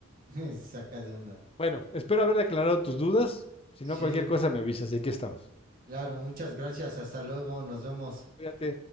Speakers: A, on the right; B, on the left.
A: <laughs> saca de onda.
B: Bueno, espero haber aclarado tus dudas. Si
A: Sí,
B: no, cualquier cosa me avisas y aquí estamos.
A: claro, muchas gracias, hasta luego, nos vemos.
B: Cuídate.